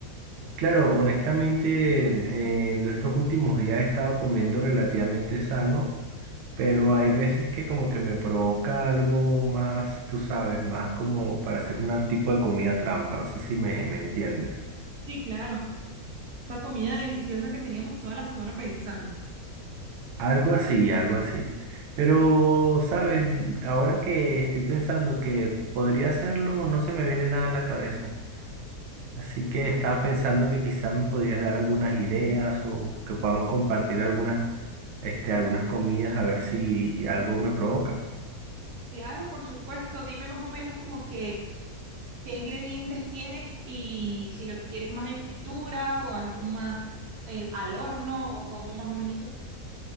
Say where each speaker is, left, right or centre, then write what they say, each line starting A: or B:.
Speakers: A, on the right; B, on the right.
A: claro, honestamente, en estos últimos días he estado comiendo relativamente sano, pero hay veces que como que me provoca algo más, tú sabes, más como para hacer un tipo de comida trampa. No sé si me, me entiendes.
B: Sí, claro. Esa comida deliciosa que teníamos toda la semana pensando.
A: Algo así, algo así. Pero, ¿sabes? Ahora que estoy pensando que podría hacerlo, no se me viene nada a la cabeza. Así que estaba pensando que quizás me podrías dar algunas ideas o que podamos compartir algunas, este, algunas comidas a ver si algo me provoca.
B: Claro, por supuesto. Dime más o menos como que qué ingredientes tienes y si lo quieres más en fritura o algo más eh, al horno o como más o menos.